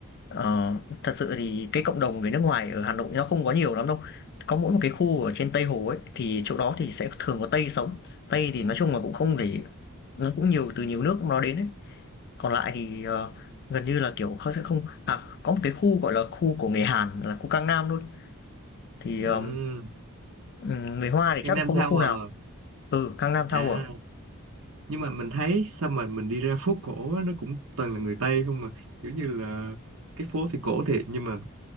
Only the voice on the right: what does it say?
ừ,
Gangnam
Tower
à
À.
nhưng mà mình thấy sao mà mình đi ra phố cổ á, nó cũng toàn là người Tây không mà kiểu như là cái phố thì cổ thiệt nhưng mà